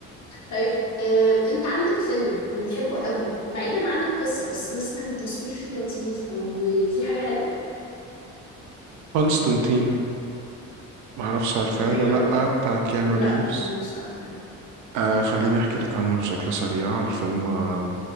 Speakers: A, on the left (about 60°); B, on the right (about 70°).
A: طيب آه، انت عندك فيلم بتحبه قوي بعيدا عن القصه بس مثلا التصوير فيه لطيف او فيه حاجه حلوه
B: كونستانتين معرفش عارفاه
A: اوكي
B: ولا
A: انا م-
B: لأ بتاع كيانو
A: لا
B: ريفز
A: مش عارفه
B: آه خليني أحكي لك عنه بشكل سريع الفيلم آه